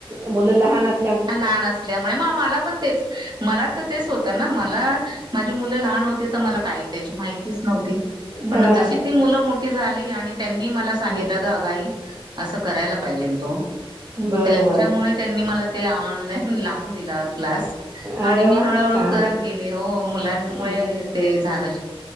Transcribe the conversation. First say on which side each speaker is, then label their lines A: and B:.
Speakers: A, on the right (about 25°); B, on the right (about 45°).
A: मुलं लहान अस
B: लहान असल्यामुळे मग मला पण तेच मला तर तेच होतं ना मला माझी मुलं लहान मला काय त्याची माहितीच नव्हती पण
A: हा
B: जशी ती मुलं मोठी झाली त्यांनी मला सांगितलं
A: बर
B: ग अगाई असं करायला पाहिजे तो मग
A: बरोबर
B: त्यांच्यामुळे त्यांनी मला ते ऑनलाईन लावून दिलं क्लास
A: अरे
B: आणि मी
A: वा
B: हळूहळू
A: छान
B: करत गेली हो मुलांमुळे
A: बर
B: ते झालं